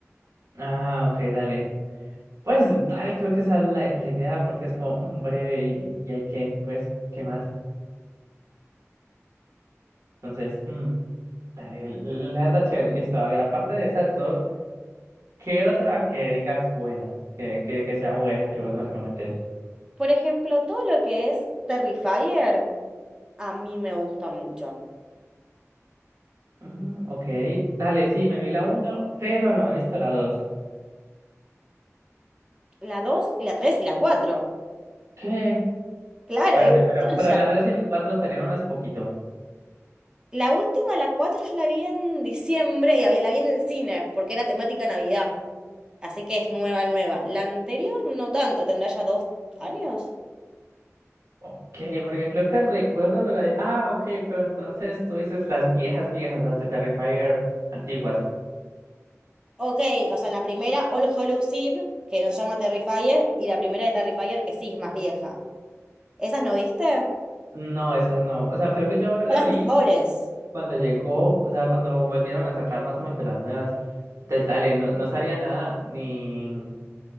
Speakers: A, on the right; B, on the right.
A: Ah, ok, dale. Pues dale, creo que esa es la, la idea porque es como mm, breve y, y hay que, pues, ¿qué más? Entonces, mm, dale, la verdad chévere, listo. A ver, aparte de esas dos. ¿Qué otra que digas buena? Que, que, que sea buena, que vos me recomendés.
B: Por ejemplo, todo lo que es Terrifier, a mí me gusta mucho.
A: Mm, ok, dale, sí, me vi la uno, pero no me he visto la dos.
B: La dos y la 3 y la cuatro
A: ¿Qué?
B: Claro,
A: Espérate,
B: hay un
A: pero,
B: montón
A: pero la 3 y la 4 salieron hace poquito.
B: La última, la 4 yo la vi en diciembre y había- la vi en el cine porque era temática Navidad. Así que es nueva, nueva. La anterior no tanto, tendrá ya dos años.
A: Ok, porque creo que recuerdo la... la- Ah, ok, pero entonces tú dices las viejas, viejas, las de Terrifier antiguas.
B: Ok, o sea, la primera, All Hallows Eve, que nos llama Terrifier, y la primera de Terrifier, que sí es más vieja. ¿Esas no viste?
A: No, esas no. O sea, creo que yo la
B: Son las
A: vi
B: mejores.
A: cuando llegó, o sea, cuando volvieron a sacar más o menos de las nuevas. Entonces, dale, no, no sabía nada, ni...